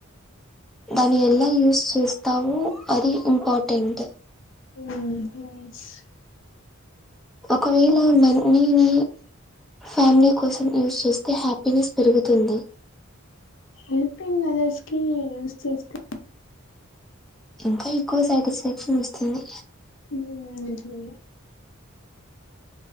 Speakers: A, in the centre; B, on the left.
A: దాని ఎలా యూస్ చేస్తావు. అది ఇంపార్టెంట్టు
B: ఓ నైస్
A: ఒకవేళ మన్ నీని ఫ్యామిలీ కోసం యూస్ చేస్తే హ్యాపీనెస్ పెరుగుతుంది.
B: హెల్పింగ్ అదర్స్ కి యూస్ చేస్తే
A: ఇంకా ఎక్కువ సాటిస్ఫాక్షన్ ఇస్తుంది.
B: నువ్ అయ్యాట్లేయా